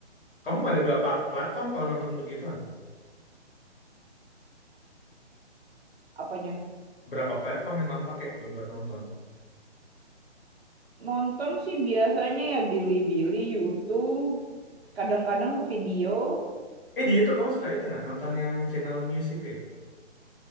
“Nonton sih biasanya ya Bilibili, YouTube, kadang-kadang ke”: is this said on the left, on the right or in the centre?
Right